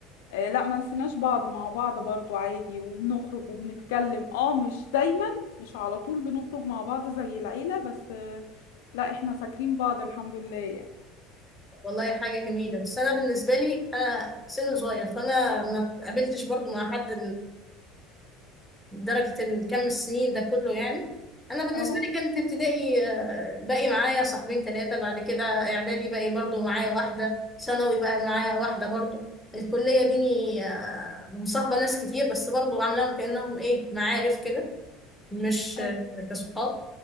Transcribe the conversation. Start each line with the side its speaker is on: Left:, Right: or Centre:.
Left: آه لا ما نسيناش بعض مع بعض برضو عادي وبنخرج وبنتكلم اه مش دايما مش على طول بنخرج مع بعض زي العيلة بس آه لا احنا فاكرين بعض الحمد لله يعني
Centre: والله حاجة جميلة بس انا بالنسبة لي انا سن صغير فانا ما اتقابلتش برضه مع حد درجة الكم السنين ده كله يعني أنا بالنسبة
Left: اه
Centre: لي كانت ابتدائي آه، باقي معايا صاحبين ثلاثة بعد كده إعدادي باقي برضو معايا واحدة ثانوي بقى معايا واحدة برضو الكلية ديني آه، مصاحبة ناس كتير بس برضو عاملاهم كأنهم إيه معارف كده مش
Left: ايوه
Centre: آه، كصحاب